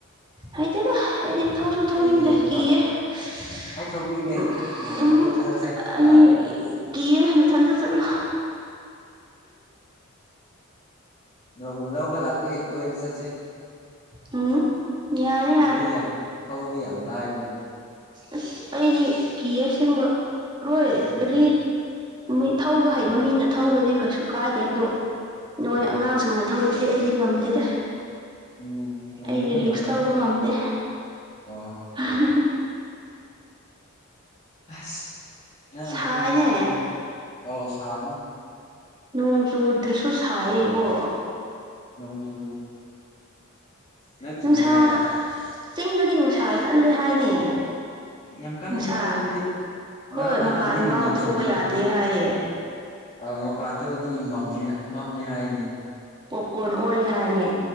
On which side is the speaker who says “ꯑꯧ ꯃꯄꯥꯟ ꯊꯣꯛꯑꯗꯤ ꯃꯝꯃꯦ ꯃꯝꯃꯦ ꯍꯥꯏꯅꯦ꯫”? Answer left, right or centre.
Left